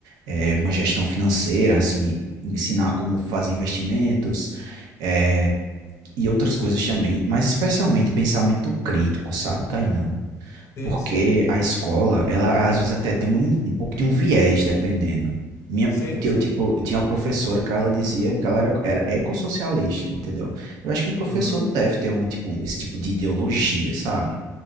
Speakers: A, on the right; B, on the left.
A: é, uma gestão financeira, assim, ensinar como fazer investimentos, é, e outras coisas também, mas especialmente pensamento crítico, sabe, Kainan?
B: Sim,
A: Porque
B: sim,
A: a escola, ela às vezes até tem um, um pouco de um viés, dependendo. Minha,
B: sim,
A: eu,
B: sim.
A: tipo, eu tinha uma professora que ela dizia que ela era, era ecossocialista, entendeu? Eu acho que um professor
B: Uhum.
A: não deve ter uma, tipo, esse tipo de ideologia, sabe?